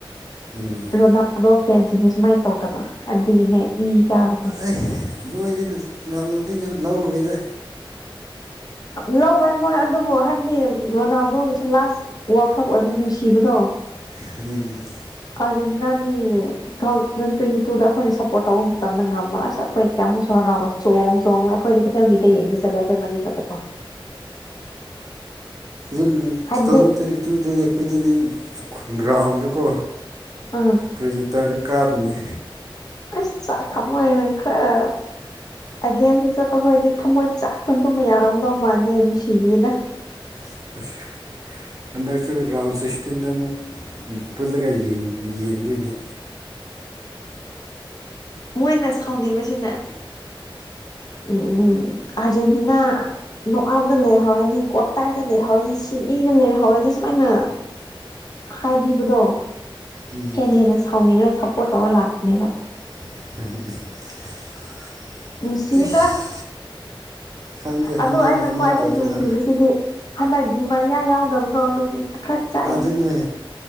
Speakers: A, on the right (about 40°); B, on the left (about 45°).
A: ꯎꯝ
B: ꯔꯣꯅꯥꯜꯗꯣ ꯐꯦꯟꯁꯤꯡꯁꯦ ꯁꯨꯃꯥꯏꯅ ꯇꯧꯗꯕ ꯑꯗꯨꯒꯤꯅꯦ ꯏ ꯀꯥꯕꯁꯦ
A: ꯑꯩ ꯃꯣꯏꯗꯤ ꯇꯣꯅꯥꯜꯗꯣꯗꯤ ꯂꯧꯔꯣꯏꯗ
B: ꯂꯧꯔꯣꯏ ꯃꯣꯏ ꯑꯗꯨꯕꯨ ꯍꯥꯏꯕꯗꯤ ꯔꯣꯅꯥꯗꯣꯒꯤꯁꯨ ꯂꯥꯁ ꯋꯥꯔꯜꯀꯞ ꯑꯣꯏꯕꯅꯤ ꯅꯨꯡꯁꯤꯕꯗꯣ
A: <unintelligible>
B: ꯑꯥꯔꯖꯦꯟꯇꯤꯅꯥꯗꯤ ꯇꯨꯊꯥꯎꯖꯟ ꯇ꯭ꯋꯦꯟꯇꯤꯇꯨꯗ ꯑꯩꯈꯣꯏꯅ ꯁꯞꯄꯣꯔꯠ ꯇꯧꯕ ꯇꯝꯅ ꯉꯝꯕ ꯑꯁ ꯑꯩꯈꯣꯏ ꯀꯌꯥꯃꯨꯛꯁꯨ ꯍꯔꯥꯎꯕ ꯆꯣꯡ ꯆꯣꯡ ꯑꯩꯈꯣꯏꯗꯤ ꯀꯩꯊꯦꯜꯒꯤꯗ ꯌꯦꯡꯕ ꯆꯠꯂꯦ ꯑꯩꯈꯣꯏ ꯃꯔꯤ ꯈꯛꯇ <unintelligible>
A: ꯎꯝ
B: ꯍꯥꯏꯕꯗꯤ
A: ꯇꯨꯊꯥꯎꯖꯟ ꯇ꯭ꯋꯦꯟꯇꯤ ꯇꯨꯗꯤ ꯑꯩꯈꯣꯏꯗꯗꯤ ꯒ꯭ꯔꯥꯎꯟꯗꯀꯣ
B: ꯑꯎꯝ
A: ꯄ꯭ꯔꯣꯖꯦꯛꯇꯔꯗ ꯀꯥꯞꯄꯤꯅꯦ
B: ꯏꯁ ꯆꯥꯛ ꯊꯝꯃꯣꯏꯒ ꯈꯔ ꯑꯒꯦꯟꯁꯇ ꯆꯠꯄ ꯈꯣꯏꯗꯤ ꯊꯃꯣꯏ ꯆꯥꯛ ꯈꯨꯟ ꯇꯨꯝꯕ ꯌꯥꯔꯝꯗꯧ ꯃꯥꯟꯗꯦ ꯅꯨꯡꯁꯤꯕꯤꯌꯦꯅ
A: <inaudible> ꯍꯟꯗꯛꯁꯨ ꯔꯥꯎꯟ ꯁꯤꯛꯁꯇꯤꯟꯗ ꯑꯃꯨꯛ ꯄꯨꯜꯂꯒ ꯌꯦꯡ ꯌꯦꯡꯗꯣꯏꯅꯤ
B: ꯃꯣꯏꯅ ꯁꯥꯎꯅꯤꯡꯕꯁꯤꯅ ꯎꯝ ꯎꯝ ꯑꯔꯖꯦꯟꯇꯤꯅꯥ ꯅꯣꯛꯑꯥꯎꯗ ꯂꯩꯍꯧꯔꯅꯤ ꯀ꯭ꯋꯥꯇꯔꯗ ꯂꯩꯍꯧꯔꯅꯤ ꯁꯤꯃꯤꯗ ꯂꯩꯍꯧ ꯍꯧꯔꯅꯤ ꯁꯨꯃꯥꯏꯅ ꯍꯥꯏꯕꯤꯕꯗꯣ
A: ꯎꯝ
B: ꯍꯦꯟꯅ ꯍꯦꯟꯅ ꯁꯥꯎꯅꯤꯡꯉ ꯁꯞꯄꯣꯔꯠ ꯇꯧꯔ ꯂꯥꯛꯄꯅꯦꯕ
A: <unintelligible>
B: ꯅꯨꯡꯁꯤꯌꯦꯗ
A: ꯑꯩꯁ ꯈꯪꯗꯦ
B: ꯑꯗꯣ
A: ꯍꯟꯗꯛꯅ
B: ꯑꯩꯅ
A: ꯀꯃꯥꯏꯅ
B: ꯈ꯭ꯋꯥꯏꯗꯒꯤ
A: ꯇꯧꯗꯣꯏꯔꯣ
B: ꯅꯨꯡꯁꯤꯕꯁꯤꯗꯤ ꯍꯟꯗꯛ ꯗꯤꯃꯔꯤꯌꯥ ꯌꯥꯎꯗꯕꯗꯣ ꯑꯗꯨꯗꯤ ꯈꯔ ꯆꯥꯛꯑꯦꯅ
A: ꯑꯗꯨꯅꯦ